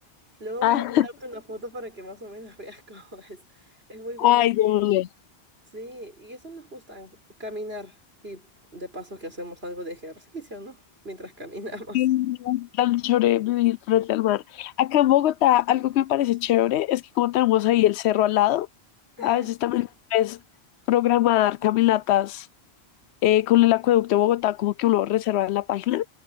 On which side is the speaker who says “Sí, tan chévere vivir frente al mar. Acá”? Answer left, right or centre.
Left